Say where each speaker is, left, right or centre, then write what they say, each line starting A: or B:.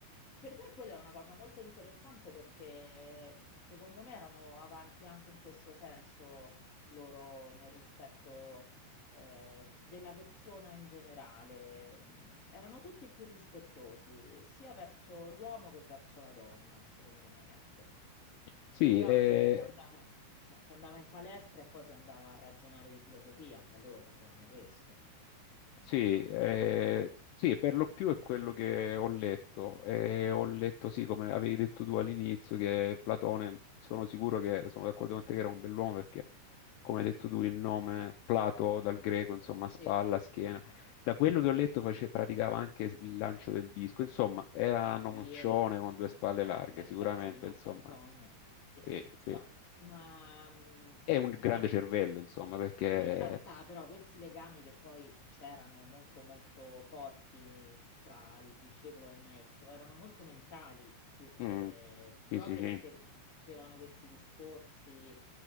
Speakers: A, on the left; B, on the left.
A: per me quella è una cosa molto interessante perché secondo me erano avanti anche in questo senso loro nel rispetto eh, della persona in generale. Mm, Erano tutti più rispettosi sia verso l'uomo che verso la donna, secondo me, ecco.
B: sì,
A: Però
B: eh,
A: sì, andava, si andava in palestra e poi si andava a ragionare di filosofia, cioè loro facevano questo.
B: sì, eh, sì, per lo più è quello che ho letto. Eh, ho letto, sì, come avevi detto tu all'inizio, che Platone, sono sicuro che sono d'accordo con te che era un bell'uomo perché, come hai detto tu, il nome Plato dal greco, insomma, spalla,
A: Sì.
B: schiena. Da quello che
A: Mm.
B: ho letto face- praticava anche il lancio del disco, insomma, era
A: Sì,
B: un omaccione
A: eh.
B: con due spalle
A: Eh,
B: larghe,
A: un bel
B: sicuramente,
A: pezzo di Marcantonio.
B: insomma,
A: Sì.
B: sì, sì.
A: No, ma, mm,
B: È un grande
A: ma
B: cervello, insomma, perché...
A: in realtà però questi legami che poi c'erano molto molto forti tra il discepolo e il maestro erano molto mentali più
B: mm,
A: che
B: sì,
A: proprio
B: sì, sì,
A: perché facevano questi discorsi